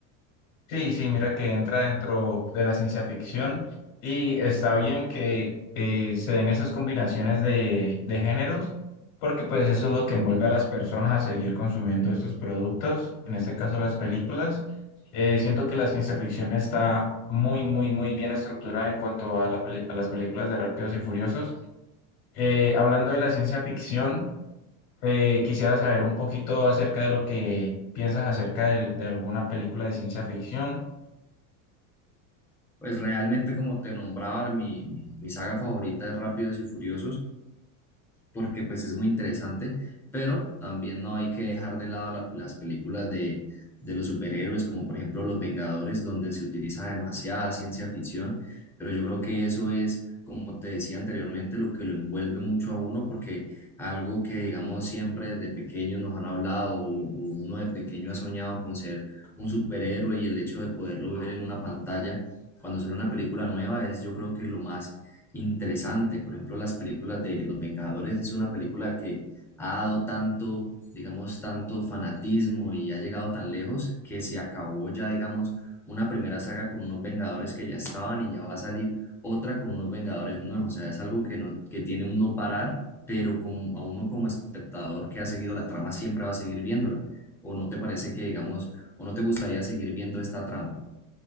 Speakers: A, on the left; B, in the centre.
A: Sí, sí, mira que entra dentro de la ciencia ficción y está bien que eh, se den esas combinaciones de, de géneros, porque pues eso es lo que envuelve a las personas a seguir consumiendo estos productos, en este caso las películas. Eh, siento que la ciencia ficción está muy, muy, muy bien estructurada en cuanto a, la peli- a las películas de Rápidos y Furiosos. Eh, hablando de la ciencia ficción, eh, quisiera saber un poquito acerca de lo que piensas acerca de de alguna película de ciencia ficción.
B: Pues realmente como te nombraba, mi, mi, mi saga favorita es Rápidos y Furiosos porque pues es muy interesante, pero también no hay que dejar de lado la- las películas de, de los superhéroes, como por ejemplo Los Vengadores, donde se utiliza demasiada ciencia ficción, pero yo creo que eso es, como te decía anteriormente, lo que lo envuelve mucho a uno, porque algo que digamos siempre desde pequeño nos han hablado, o o uno de pequeño ha soñado con ser un superhéroe y el hecho de poderlo ver en una pantalla cuando sale una película nueva es yo creo que lo más interesante. Por ejemplo, las películas de Los Vengadores es una película que ha dado tanto, digamos, tanto fanatismo y ha llegado tan lejos que se acabó ya, digamos, una primera saga con unos Vengadores que ya estaban y ya va a salir otra con unos Vengadores nuevos. O sea, es algo que no, que tiene un no parar, pero como a uno como espectador que ha seguido la trama siempre va a seguir viéndola. ¿O no te parece que, digamos, o no te gustaría seguir viendo esta trama?